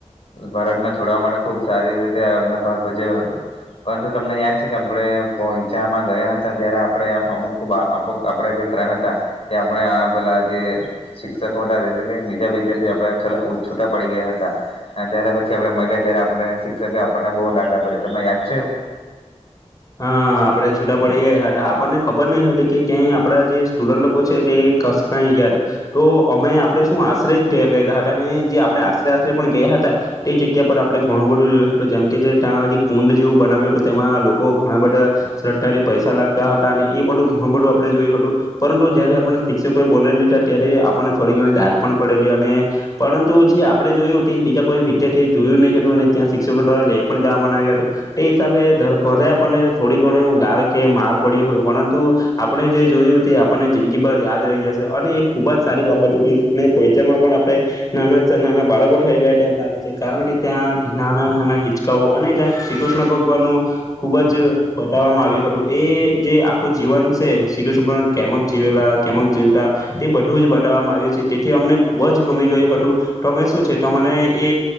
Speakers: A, on the left; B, on the left.
A: ભારતને છોડવા માટે ખુબ સારી રીતે એમને ભાગ ભજવ્યો હતો. પરંતુ તમને યાદ છે કે આપડે પોઈચામાં ગયા હતા, ત્યારે આપડે અમુક ખૂબ અમુક આપણેે જે ફ્રેન્ડ હતા તે આપણે પેલા જે શિક્ષકો હતા એટલે કે બીજા વિદ્યાર્થી આપડે છેલ્લે છૂટા પડી ગયા હતા અને ત્યારે પછી આપડે મલ્યા ત્યારે આપડને શિક્ષકે આપણને બહુ ડાંટ આપેલી તમને યાદ છે એવુ
B: હઅ અ આપડે છૂટા પડી ગયા હતા. આપણને ખબર નહીં હતી કે ત્યાં એ આપડા જે સ્ટુડન્ટ લોકો છે તે કસ કઈ ગયા તા તો અમે આપણે શું આશરે જ <unintelligible> ગેયેલા હતા અને જે આપડે આશરે આશરે પણ ગેયા હતા તે જગ્યા પર આપડે ઘણું બધું જોયું હતું જેમ કે જે ત્યાં જે કુંડ જેવું બનાવ્યું હતું તેમાં લોક કો ઘણા બધા શ્રદ્ધાથી પૈસા લાખતા હતા અને એ બધું ઘણું બઢુ આપડે જોયું હતું, પરંટુ જયારે આપણને શિક્ષકોએ બોલાઇ લીધા ત્યારે આપણને થોડી ઘણી દાંટ પણ પડેલી અને પરંતુ જે આપણે જોયું તે બીજા કોઈ વિદ્યાર્થીએ જોયું નહી હતું અને ત્યાં શિક્ષકો દ્વારા લઈ પણ જવામાં નઈ આવ્યું હતું તે હિસાબે ભલે આપણને થોડી ઘણું દાળ કે માર પડ્યો હોય, પરંતુ આપડે જે જોયું તે આપણને જિંદગીભર યાદ રહી જશે અને એ ખૂબ જ સારી બાબત ઉઠી ને પોઈચામાં પણ આપણે નાના ચ નાના બાળકો થઈ ગયા હોય તેમ લાગે છે કારણ કે ત્યાં નાના નાના હિચકાઓ અને જ્યાં શ્રી કૃષ્ણ ભગવાનનું ખૂબ જ બતાવવામાં આવ્યું હટુ. એ જે આખું જીવન છે શ્રી કૃષ્ણ કેમક જીવેલા કેમક જીવતા તે બધું જ બતાવવામાં આવ્યું છે, તેથી અમને ખૂબ જ ગમી ગયું હતું. તમે શું છે તમને એ